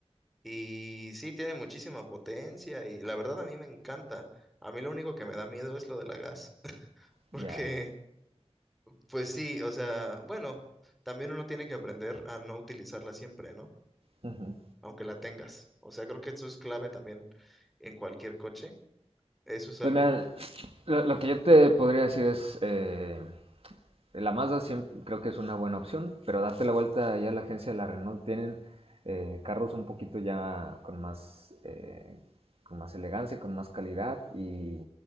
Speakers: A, in the centre; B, on the right.
A: y sí, tiene muchísima potencia y la verdad a mí me encanta. A mí lo único que me da miedo es lo de la gas, <laughs> porque
B: ya.
A: pues sí, o sea, bueno, también uno tiene que aprender a no utilizarla siempre, ¿no?
B: Ujú.
A: aunque la tengas. O sea, creo que eso es clave también en cualquier coche. Eso es algo
B: Pues mira,
A: co-
B: lo, lo que yo te podría decir es, eh, la Mazda siempre, creo que es una buena opción, pero date la vuelta ya a la agencia de la Renault. Tienen eh, carros un poquito ya con más, eh, con más elegancia, con más calidad y